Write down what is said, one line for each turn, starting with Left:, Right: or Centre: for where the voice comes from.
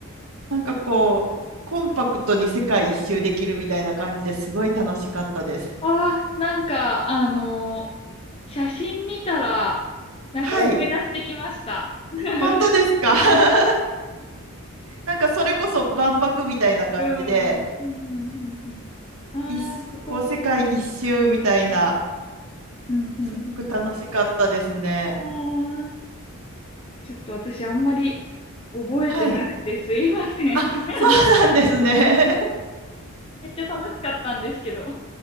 Right: なんかこうコンパクトに世界一周できるみたいな感じですごい楽しかったです。
Left: ああ、なんか、あの写真見たら、なんか思い出してきました。
Right: はい、
Left: <laughs>
Right: 本当ですか
Left: はい。
Right: <laughs> なんかそれこそ万博みたいな感じで
Left: うん。うん、うん、うん、うん。ああ、
Right: 一こう世界一周みたいな
Left: ここもなんか、うん、うん、うん
Right: すごく楽しかったですね。
Left: うん。ああ、ちょっと私あんまり覚えてなくてすいません。
Right: はい。あ、
Left: <laughs>
Right: そうなんですね。<laughs>
Left: めっちゃ楽しかったんですけど。